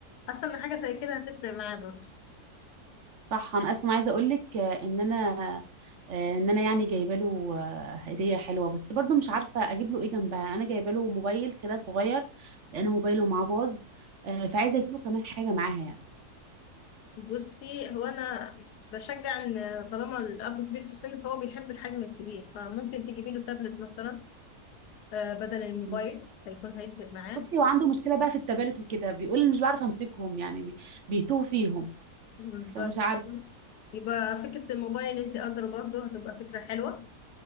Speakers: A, on the left; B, on the right.
A: حاسة ان حاجة زي كده هتفرق معاه برضه
B: صح انا اصلا عايزه اقول لك ان انا آه، ان انا يعني جايبه له آه، هديه حلوه بس برضو مش عارفه اجيب له ايه جنبها انا جايبه له موبايل كده صغير لان موبايله معاه باظ آه، فعايزه اجيب له كمان حاجه معاها يعني
A: بصي هو انا بشجع ان طالما الاب كبير في السن فهو بيحب الحجم الكبير فممكن تجيبي له تابلت مثلا آه، بدل الموبايل
B: مم.
A: هيكون هيفرق معاه
B: بصي هو عنده مشكله بقى في التبالت وكده بيقول مش بعرف امسكهم يعني بي- بيتوه فيهم
A: بالظبط
B: فمش عارف
A: يبقى فكرة الموبايل انت ادرى برضه هتبقى فكرة حلوة